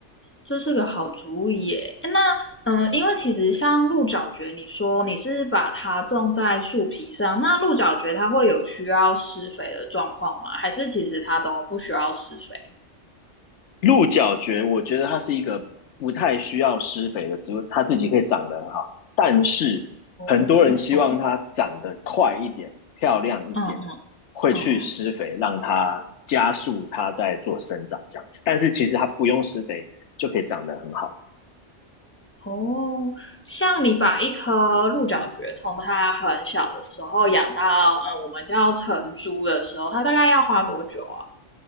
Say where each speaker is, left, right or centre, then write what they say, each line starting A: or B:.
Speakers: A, on the left; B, on the left.
A: 这是个好主意耶。诶那嗯，呃因为其实像鹿角蕨，你说你是把它种在树皮上，那鹿角蕨它会有需要施肥的状况吗？还是其实它都不需要施肥？
B: 鹿角蕨，我觉得它是一个不太需要施肥的植物，它自己可以长得很好，但是很多人希望它长得快一点、
A: 哦哦，
B: 漂亮一点，
A: 嗯嗯
B: 会去施肥，
A: 嗯嗯，
B: 让它加速它在做生长这样子。但是其实它不用施肥就可以长得很好。
A: 哦，像你把一颗鹿角蕨从它很小的时候养到嗯我们叫成株的时候，它大概要花多久啊？